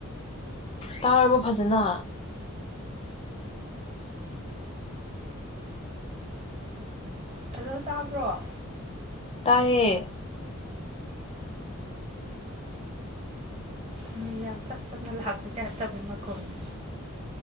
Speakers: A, on the left; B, on the right.
A: ꯇꯥꯔꯕ‌ꯣ ꯐꯖꯅ
B: ꯍꯜꯂꯣ ꯇꯥꯕ꯭ꯔꯣ
A: ꯇꯥꯏꯌꯦ
B: ꯎ ꯌꯥꯝ ꯇꯞ ꯇꯞꯅ ꯂꯥꯛꯄꯩ ꯇꯥꯏꯞꯋ‌ꯦ ꯃꯈꯣꯜꯁ‌ꯦ